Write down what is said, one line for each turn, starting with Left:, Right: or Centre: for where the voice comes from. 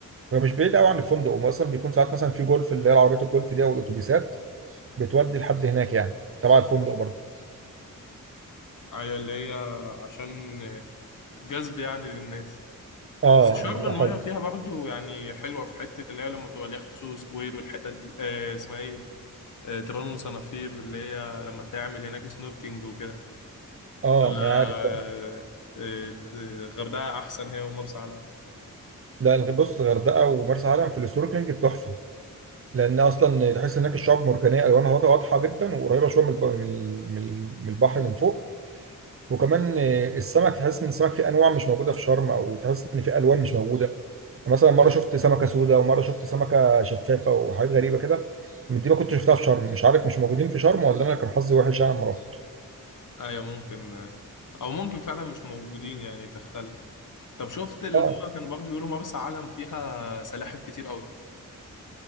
Right: وهي مش بعيده قوي عن الفندق واصلا بيكون ساعات مثلا في جولف اللي هي العربيات الجولف دي او الاتوبيسات بتودي لحد هناك يعني تبع الفندق برضه
Left: ايوه اللي هي عشان جذب يعني للناس
Right: اه
Left: بس شرم
Right: بتبقى
Left: المايه
Right: حلوه
Left: فيها برضه يعني حلوه في حته اللي هي لما بتبقى اليخت سو سكوير والحتت دي آه اسمها ايه آه، تبان وصنافير اللي هي لما تعمل هناك سنوركينج وكده
Right: اه
Left: ولا
Right: ما انا
Left: آه،
Right: عارف بقى
Left: آه، د- الغردقة أحسن هي ومرسى علم
Right: لا الغ- بص الغردقه ومرسى علم في السنوركلينج تحفه لان اصلا تحس هناك الشعاب مرجانيه الوانها واضحه واضحة جدا وقريبه شويه من الب- من ال- من ال- من البحر من فوق وكمان آه، السمك تحس ان السمك فيه انواع مش موجوده في شرم او تحس ان فيه الوان مش موجوده يعني مثلا مره شفت سمكه سوداء ومره شفت سمكه شفافه وحاجات غريبه كده من دي ما كنتش شفتها في شرم مش عارف مش موجودين في شرم ولا انا كان حظي وحش انا لما رحت
Left: أيوة ممكن آه، أو ممكن فعلا مش موجودين يعني تختلف طب شفت اللي
Right: اه
Left: هو كانوا برضه بيقولوا مرسى علم فيها سلاحف كتير أوي